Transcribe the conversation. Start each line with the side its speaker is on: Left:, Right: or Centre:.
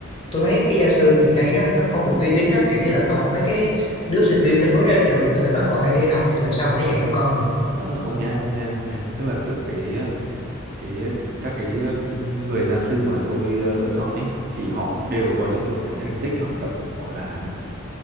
Left: tôi thấy cái gia sư ngày nay nó nó không được uy tín đó. Kiểu như là toàn mấy cái đứa sinh viên nó mới ra trường hay là nó còn đang đi học thì làm sao mà nó dạy được con mình.
Right: Ờ, không nha, không nha, không nha. Tức là kiểu cái ờ, cái ờ, các cái ờ, người gia sư mà tôi ờ, lựa chọn ấy thì họ đều có những kiểu cái thành tích học tập gọi là